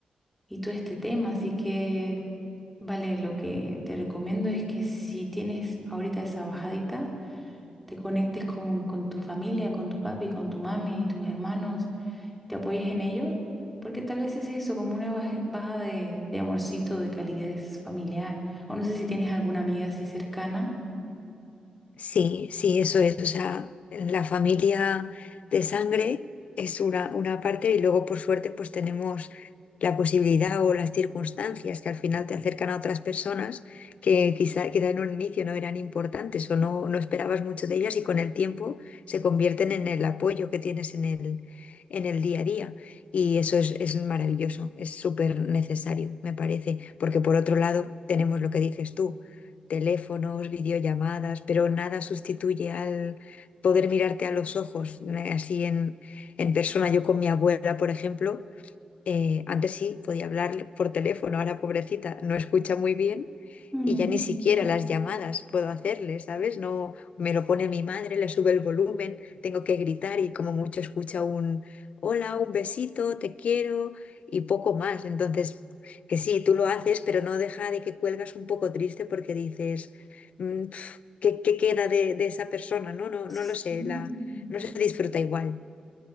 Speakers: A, in the centre; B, on the left (about 65°).
A: y todo este tema, así que, vale, lo que te recomiendo es que si tienes ahorita esa bajadita, te conectes con, con tu familia, con tu papi, con tu mami, tus hermanos, y te apoyes en ellos, porque tal vez es eso, como una baja, baja de, de amorcito, de calidez familiar. O no sé si tienes alguna amiga así cercana.
B: Sí, sí, eso es. O sea, la familia de sangre es una, una parte y luego por suerte pues tenemos la posibilidad o las circunstancias que al final te acercan a otras personas que quizá, quizá en un inicio no eran importantes o no, no esperabas mucho de ellas y con el tiempo se convierten en el apoyo que tienes en el, en el día a día. Y eso es, es maravilloso, es súper necesario, me parece, porque por otro lado tenemos lo que dices tú teléfonos, videollamadas, pero nada sustituye al poder mirarte a los ojos, eh, así en, en persona. Yo con mi abuela, por ejemplo, eh, antes sí podía hablar por teléfono, ahora pobrecita no escucha muy bien
A: Mm,
B: y ya ni siquiera las llamadas puedo hacerle, ¿sabes? No me lo pone mi madre, le sube el volumen, tengo que gritar y como mucho escucha un hola, un besito, te quiero y poco más. Entonces, que sí, tú lo haces, pero no deja de que cuelgas un poco triste porque dices, "Mm, pf, ¿qué, qué queda de, de esa persona? No, no,
A: sí,
B: no lo sé, la, no se disfruta igual.